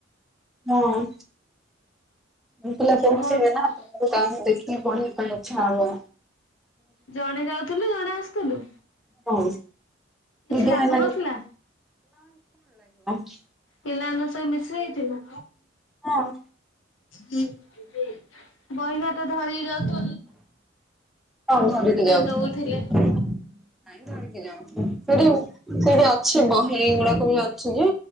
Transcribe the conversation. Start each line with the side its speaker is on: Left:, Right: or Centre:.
Centre: ହଁ। ମୁଁ ପିଲା ପଢ଼ୁ
Left: କଣ?
Centre: ଥିବେ ନା ତମକୁ ତା ଦେଖିକି ପଢେଇିବା ପାଇଁ ଇଚ୍ଛା ହବ।
Left: ଜଣେ ଯାଉଥିଲୁ ଜଣେ ଆସିଥିଲୁ?
Centre: ହଁ ଦିଦି
Left: ଲାଗୁନଥିଲା।
Centre: <unintelligible>
Left: ପିଲା‌ ମାନଙ୍କ ସାଙ୍ଗେ ମିସେଇ ଥିଲ?
Centre: ହଁ
Left: ବହି ଖାତା ଧରିି କି ଯାଉ ଥିବ
Centre: ହଁ ଧରିକି‌ ଯାଉଛି।
Left: ଦଉଥିଲେ
Centre: ନାଇଁ ଧରକି‌ ଯାଉଛି। ସେଠି ସେଠି ଅଛି ବହି ଗୁଡାକ ବି ଅଛି ଯେ